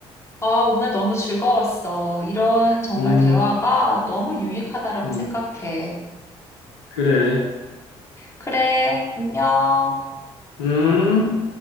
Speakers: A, on the left; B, on the left.
A: 아, 오늘 너무 즐거웠어. 이런 정말
B: 음,
A: 대화가 너무 유익하다라고
B: 음,
A: 생각해.
B: 그래.
A: 그래, 안녕.
B: 음.